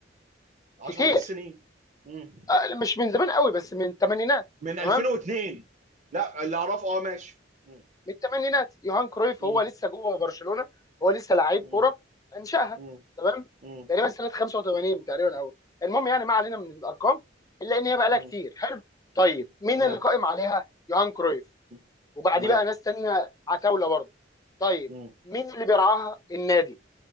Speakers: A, on the right; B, on the left.
A: عشرات
B: كتير
A: السنين مم.
B: آه، مش من زمان قوي بس من الثمانينات
A: من 2002
B: تمام
A: لا اللي اعرفه اه ماشي مم.
B: من الثمانينات يوهان كرويف
A: مم.
B: هو لسه جوه برشلونه هو لسه لعيب
A: مم.
B: كوره انشاها
A: مم.
B: تمام
A: مم.
B: تقريبا سنه 85 تقريبا او المهم يعني ما علينا من الارقام الا ان هي بقى لها
A: مم.
B: كتير حلو طيب
A: مم.
B: مين
A: تمام
B: اللي قائم عليها يوهان كرويف
A: مم.
B: وبعديه
A: تمام
B: بقى ناس تانية عتاوله برضه طيب
A: مم.
B: مين اللي بيرعاها النادي